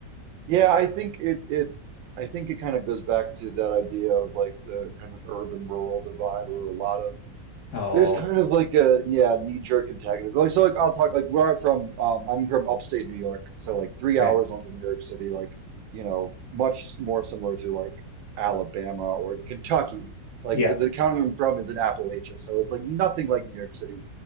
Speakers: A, on the right; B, on the left.
A: Yeah, I think it it I think it kind of goes back to that idea of like the kind of urban rural divide where a lot of
B: Oh,
A: There's kind of like a yeah knee-jerk antagonism. Like so, like I'll talk like where I'm from. Um, I'm from upstate New York, so like three
B: okay.
A: hours north of New York City. Like you know, much more similar to like Alabama or Kentucky. Like
B: Yeah.
A: the county I'm from is in Appalachia, so it's like nothing like New York City.